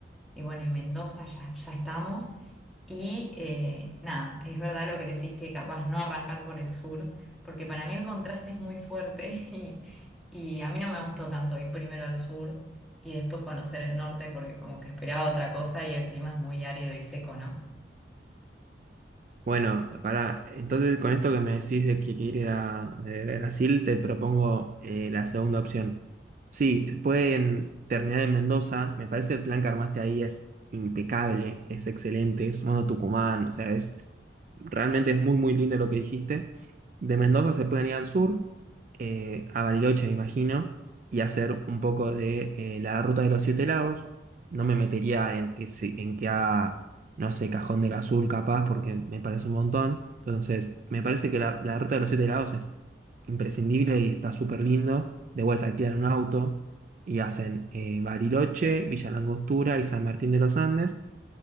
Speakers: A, in the centre; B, on the right (about 45°).
A: y bueno, y Mendoza ya, ya estamos. Y eh, nada, es verdad lo que decís que capaz no arrancar por el sur porque para mí el contraste es muy fuerte <laughs> y, y a mí no me gustó tanto ir primero al sur y después conocer el norte porque como que esperaba otra cosa y el clima es muy árido y seco, ¿no?
B: Bueno, para entonces con esto que me decís de que quiere ir a eh, Brasil, te propongo eh, la segunda opción. Sí, pueden terminar en Mendoza, me parece el plan que armaste ahí es impecable, es excelente, sumando Tucumán, o sea, es realmente es muy muy lindo lo que dijiste. De Mendoza se pueden ir al sur, eh, a Bariloche me imagino, y hacer un poco de eh, la ruta de los Siete Lagos. No me metería en que, se- en que haga no sé, Cajón del Azul capaz, porque me parece un montón. Entonces, me parece que la, la ruta de los siete lados es imprescindible y está súper lindo. De vuelta, alquilan un auto y hacen eh, Bariloche, Villa Langostura y San Martín de los Andes.